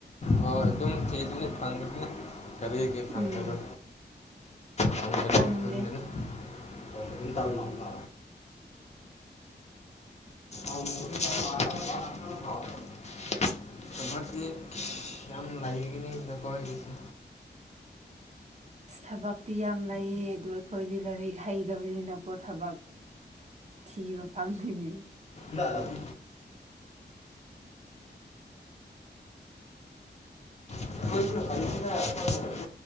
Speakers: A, on the left; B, on the right.
A: ꯍ ꯑꯗꯨꯝ ꯆꯩꯗꯨꯅꯤ ꯐꯪꯅꯤꯅ ꯀꯔꯤꯒꯤ ꯐꯪꯕꯅ
B: ꯎꯝ
A: ꯐꯪꯒꯅꯤ
B: ꯈꯪꯗꯦ
A: ꯈꯪꯗꯅ ꯇ ꯑꯗꯨꯅ ꯇꯔꯅꯕ ꯥꯎꯚꯛꯇꯛꯇꯤ ꯌꯥꯝ ꯂꯩꯒꯅꯤ ꯅꯈꯣꯏꯒꯤꯁꯦ
B: ꯑ ꯊꯕꯛꯇꯤ ꯌꯥꯝ ꯂꯩꯩꯌꯦ ꯑꯗꯣ ꯑꯩꯈꯣꯏꯗꯤ ꯂꯥꯏꯔꯤꯛ ꯍꯩꯇꯕꯅꯤꯅꯀꯣ ꯊꯕꯛ ꯀꯤꯕ ꯐꯥꯡꯅꯤ
A: ꯂ ꯑꯗꯨ
B: <unintelligible>
A: ꯑꯩꯈꯣꯏꯁꯨ ꯍꯪꯁꯤꯅ ꯑꯩꯈꯣꯏ ꯑꯗꯨꯝ